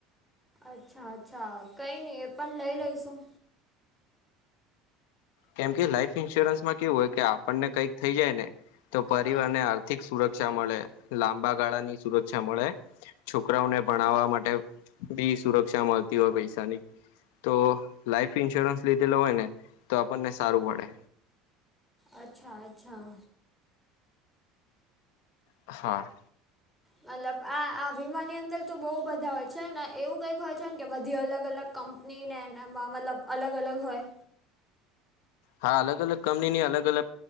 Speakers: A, in the centre; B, on the left.
A: અચ્છા અચ્છા કઈ નઈ એ પણ લઈ લઈશું.
B: કેમ કે લાઈફ ઈન્સ્યોરન્સમાં કેવું હોય કે આપણને કઈક થઈ જાય ને તો પરિવારને.
A: હા
B: આર્થિક સુરક્ષા મળે લાંબા ગાળા ની સુરક્ષા મળે. છોકરાઓને ભણાવવા માટે બી સુરક્ષા મળતી હોય પૈસાની. તો લાઈફ ઈન્સ્યોરન્સ લીધેલો હોય ને તો આપણને સારું પડે.
A: અચ્છા અચ્છા.
B: હા.
A: મતલબ આ આ વીમાની અંદર તો બહુ બધા હોય છે ને એવું કંઈક હોય છે કે બધી અલગ અલગ. કંપનીને એનામાં મતલબ અલગ અલગ હોય.
B: હા અલગ અલગ કંપનીની અલગ અલગ